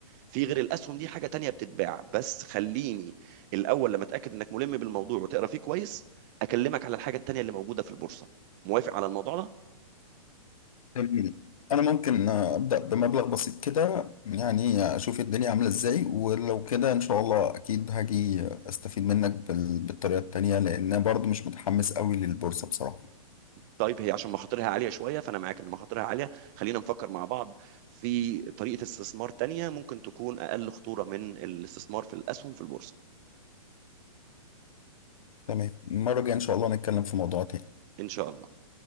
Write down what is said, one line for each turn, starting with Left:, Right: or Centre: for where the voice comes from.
Right: في غير الاسهم دي حاجه تانية بتتباع بس خليني الاول لما اتاكد انك ملم بالموضوع وتقرا فيه كويس اكلمك على الحاجه التانية اللي موجوده في البورصه موافق على الموضوع ده
Left: جميل انا ممكن آه، ابدا بمبلغ بسيط كده يعني اشوف الدنيا عامله ازاي ولو كده ان شاء الله اكيد هاجي استفيد منك بال- بالطريقه التانيه لان أنا برضو مش متحمس قوي للبورصه بصراحه
Right: طيب هي عشان مخاطرها عالية شوية فأنا معاك إن مخاطرها عالية خلينا نفكر مع بعض في طريقة استثمار تانية ممكن تكون أقل خطورة من الاستثمار في الأسهم في البورصة
Left: تمام المره الجايه ان شاء الله نتكلم في موضوع تاني
Right: إن شاء الله